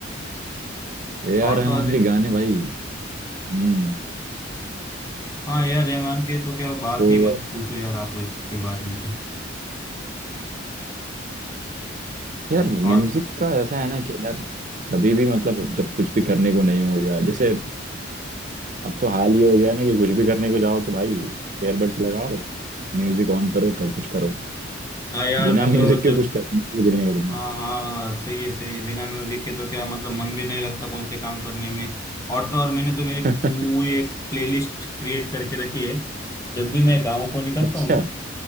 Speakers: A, on the right (about 40°); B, on the left (about 15°).
A: ए आर
B: और
A: रहमान
B: तो अधि-
A: के गाने भाई हम्म
B: हाँ यार रहमान के तो क्या बात
A: तो
B: ही मत पूछो यार आप इसके बारे में तो
A: यार म्यूजिक
B: और
A: का ऐसा है ना कि यार कभी भी मतलब जब कुछ भी करने को नहीं हो गया जैसे अब तो हाल ये हो गया ना कि कुछ भी करने को जाओ तो भाई ईयरबड्स लगाओ म्यूजिक ऑन करो तब कुछ करो
B: हाँ यार
A: बिना
B: मैं
A: म्यूजिक
B: तो
A: के
B: जब
A: कुछ करने को भी नहीं करूंगा
B: हाँ हाँ सही है सही है बिना म्यूजिक के तो क्या मतलब मन भी नहीं लगता कौन से काम करने में और तो और मैंने तो मेरी
A: <laughs>
B: पूरी एक प्लेलिस्ट क्रिएट करके रखी है जब भी मैं गाँव को निकलता
A: अच्छा
B: हूँ ना